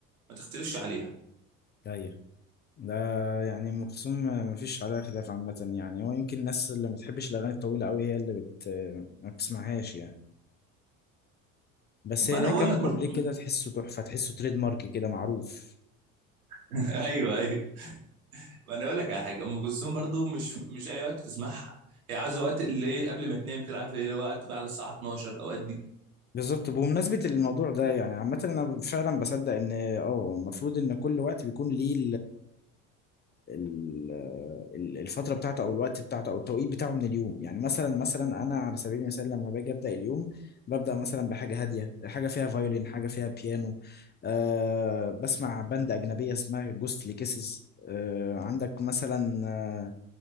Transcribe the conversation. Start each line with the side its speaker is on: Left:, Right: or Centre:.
Right: ما تختلفش عليها
Left: أيوه ده يعني أم كلثوم مفيش عليها خلاف عامة يعني هو يمكن الناس اللي ما بتحبش الأغاني الطويلة أوي هي اللي بت ما بتسمعهاش يعني بس
Right: ما
Left: هي
Right: انا
Left: ليها
Right: بقول
Left: كام
Right: لك
Left: اقول لك
Right: برضو
Left: كوبليه كده تحسه تحفة تحسه تريد مارك كده معروف
Right: <laughs> ايوه ايوه ما انا اقول لك على حاجه ام كلثوم برضو مش مش اي وقت تسمعها هي عايزه وقت اللي إيه، قبل ما تنام كده عارف ايه، اللي هو وقت بقى على الساعه 12 اوقات دي
Left: بالظبط بمناسبة الموضوع ده يعني عامة أنا فعلا بصدق إن اه المفروض إن كل وقت بيكون ليه ال- ال- الفترة بتاعته أو الوقت بتاعته أو التوقيت بتاعه من اليوم يعني مثلا مثلا أنا على سبيل المثال لما باجي أبدأ اليوم ببدأ مثلا بحاجة هادية حاجة فيها فيولين حاجة فيها بيانو أه بسمع باند أجنبية اسمها جوستلي كيسز أه عندك مثلا أه